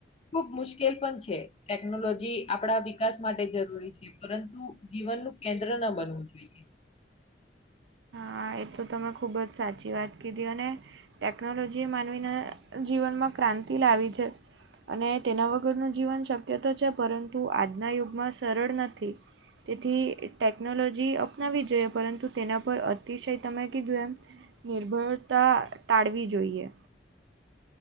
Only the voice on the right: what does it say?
હા એ તો તમે ખૂબ જ સાચી વાત કીધી અને ટેકનોલોજીએ માનવીના જીવનમાં ક્રાંતિ લાવી છે. અને તેના વગરનું જીવન શક્ય તો છે પરંતુ આજના યુગમાં સરળ નથી. તેથી ટેકનોલોજી અપનાવી જોઈએ પરંતુ તેના પર અત તિશય તમે કીધું એમ નિર્ભરતા ટાળવી જોઈએ.